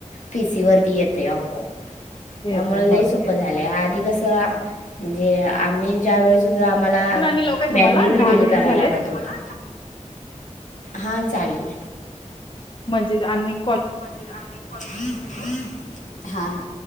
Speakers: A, on the left; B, on the left.
A: पीसीवरती येते आपोआप.
B: येतय
A: त्यामुळे लय
B: होय
A: सोपं झालंय आधी कसं म्हणजे आम्ही ज्या वेळेस हो तो आम्हाला
B: आणि लावू काय तुम्हाला
A: मॅन्युल
B: दहा
A: बिल
B: मिनिट
A: कराय
B: झालेत
A: लागत होत. हां चालेल.
B: म्हणजे आणि कॉल.
A: म्हणजेच अनेक कॉल होईल ओ, हा हा.